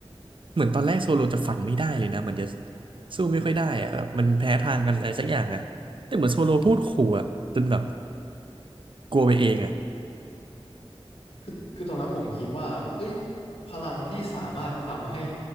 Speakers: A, on the right; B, on the left.
A: เหมือนตอนแรกโซโลจะฝันไม่ได้เลยนะเหมือนจะสู้ไม่ค่อยได้อะแบบมันแพ้ทางกันอะไรสักอย่างอะแต่เหมือนโซโลพูดขู่อะจนแบบกลัวไปเองอะ
B: คือคือตอนนั้นผมคิดว่าเอ้ยพลังที่สามารถทำให้